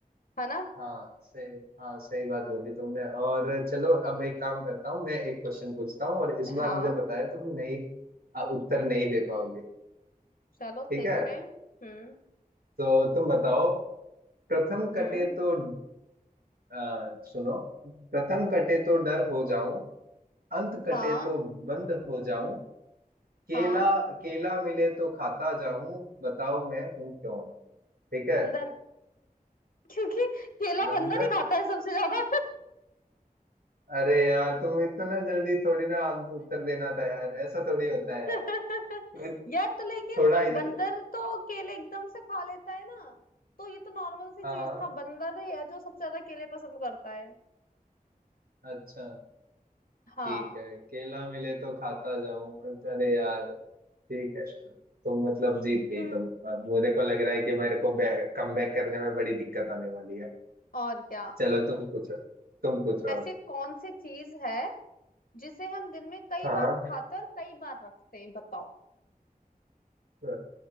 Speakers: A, on the left (about 70°); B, on the right (about 90°).
A: है ना
B: हाँ सही हाँ सही बात बोली तुमने और चलो अब एक काम करता हूँ मैं एक क्वेश्चन पूछता हूँ और इस बार
A: हाँ
B: मुझे पता है तुम नहीं आ, उत्तर नहीं दे पाओगे
A: चलो
B: ठीक
A: देखते
B: है
A: हैं हम्म
B: तो तुम बताओ प्रथम कटे
A: हम्म
B: तो आ, सुनो प्रथम कटे तो डर हो जाऊं अंत कटे
A: हाँ
B: तो बंद हो जाऊं केला
A: हाँ
B: केला मिले तो खाता जाऊं बताओ मैं हूं कौन ठीक है
A: बंदर <laughs> क्योंकि केला
B: बंद
A: बंदर ही खाता है सबसे ज्यादा
B: अरे यार तुम इतना जल्दी थोड़ी ना आंस- उत्तर देना था यार ऐसा थोड़ी होता है यार
A: <laughs>
B: तुम्हें
A: यार तो लेकिन
B: थोड़ा इल-
A: बंदर तो केले एकदम से खा लेता है ना तो ये तो नॉर्मल सी
B: हाँ
A: चीज था बंदर ही है जो सबसे ज्यादा केले पसंद करता है
B: अच्छा
A: हाँ
B: ठीक है केला मिले तो खाता जाऊं अरे यार ठीक है तुम मतलब जीत गई
A: हम्म
B: तुम अब मुझे को लग रहा है कि मेरे को कमबैक करने में बड़ी दिक्कत आने वाली है
A: और क्या
B: चलो तुम पूछो तुम पूछो
A: ऐसी
B: अब
A: कौन सी चीज है जिसे हम दिन में कई
B: हाँ
A: बार उठाते हैं और कई बार रखते हैं बताओ
B: अ,